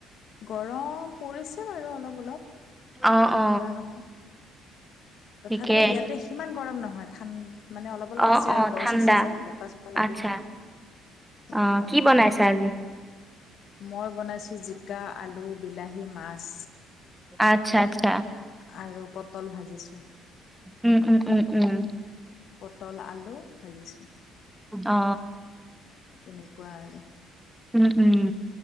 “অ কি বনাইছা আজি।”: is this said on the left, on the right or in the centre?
Centre